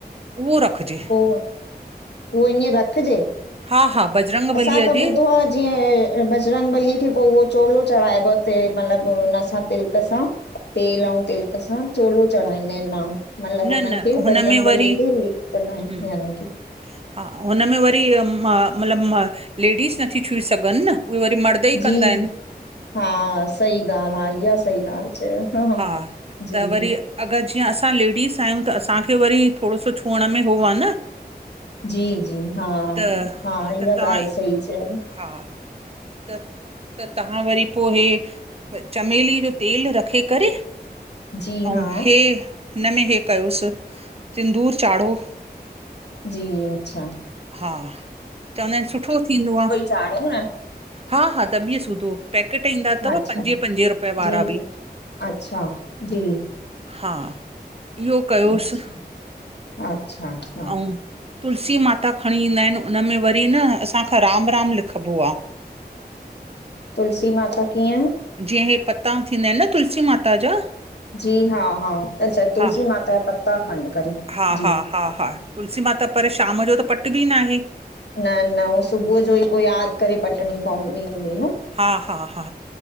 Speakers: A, on the right (about 35°); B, on the left (about 85°).
A: उहो रखिजे।
B: पो, उहो ईअं रखजे?
A: हा-हा बजरंग बलीअ
B: असां त
A: जी
B: ॿुधो आं, जीअं बजरंग बलीअ खे पो उहो चोलो चढ़ाइबो आ उते मतलबु हुन सां तिलक सां? तेल अंउ तिलक सां, चोलो चढ़ाईंदा आहिनि माण्हू। मतलब
A: न
B: उन्हनि
A: न
B: खे
A: हुनमें
B: बजरंग
A: वरी
B: बलीअ खे, लेप कन्दा आहिनि
A: हम्म,
B: यानि कि।
A: हा, हुन में वरी ई म म मतिलब लेडीस नथी छूई सघनि न? उहे वरी मर द ई कंदा
B: जी
A: आहिनि।
B: जी हा, सही ॻाल्हि हा इहा सही ॻाल्हि चंयव,
A: हा
B: जी।
A: त वरी अगरि जीअं असां लेडीस आहियूं त, असांखे वरी थोरणो सो छुअण में हो आं न।
B: जी-जी, हा,
A: त
B: हा इहा
A: त तव्हां
B: ॻाल्हि सही चंयव।
A: हा त त तव्हां वरी पो हे चमेली जो तेल रखे करे
B: जी
A: अंउ,
B: हा
A: हे हिन में हे कयोसि, सिदूंर चाढ़ो।
B: जी, अच्छा
A: हा, चवंदा आहिनि, सुठो थींदो आं।
B: चाणु न?
A: हा-हा दॿिय सुधो। पैकेट ईंदा तव,
B: अच्छा
A: पंजे-पंजे रुपये वारा
B: जी जी
A: बि।
B: अच्छा जी
A: हा। इहो कयोसि
B: अचछा, अच्छा।
A: अंउ तुलसी माता खणी ईंदा आहिनि। उन में वरी न असांखां राम राम लिखिबो आं।
B: तुलसी माता कीअं?
A: जीअं हे पत्ता थींदा आहिनि न तुलसी माता जा।
B: जी हा हा, अच्छा तुलसी
A: हा
B: माता जा पत्ता खणी करे
A: हा
B: जी।
A: हा हा हा तुलसी माता पर शाम जो त पटबी न आहे।
B: न न उहो सुबुह जो ई पो यादि करे पटिणी पवंदी हूंदी न?
A: हा हा हा,